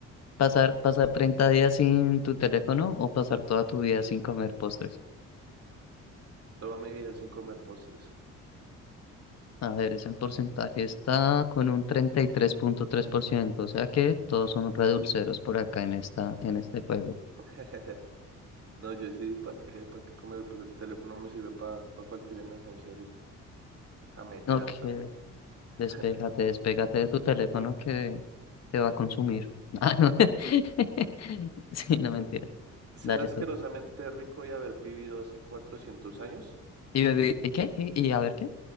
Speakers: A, on the left (about 60°); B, on the right (about 50°).
A: Pasar, pasar 30 días sin tu teléfono o pasar toda tu vida sin comer postres.
B: toda mi vida sin comer postres.
A: A ver, ese porcentaje está con un treinta y tres tres punto tres por ciento o sea que todos son redulceros por acá en esta, en este juego.
B: <laughs> No, yo sí, ¿para qué? ¿Para qué comer? Pero el teléfono me sirve para cualquier emergencia ahorita. Camellar
A: No, que
B: también.
A: despégate,
B: <laughs>
A: despégate de tu teléfono que te va a consumir. <laughs> Ah, no. <laughs> Sí, no mentira.
B: Ser
A: Dale
B: asquerosamente
A: tú.
B: rico y haber vivido hace 400 años.
A: ¿Y, vivir- ¿y qué? ¿Y, y a ver qué?